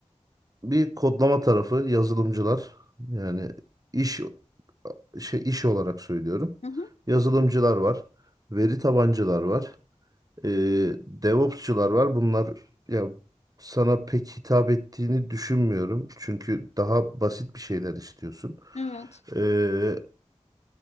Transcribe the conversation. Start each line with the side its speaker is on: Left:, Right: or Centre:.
Right: bir kodlama tarafı yazılımcılar yani iş şey iş olarak söylüyorum.
Left: Hı hı,
Right: Yazılımcılar var. Veri tabancılar var. e, DevOps'çılar var. Bunlar ya sana pek hitap ettiğini düşünmüyorum. Çünkü daha basit bir şeyler istiyorsun.
Left: evet.
Right: E,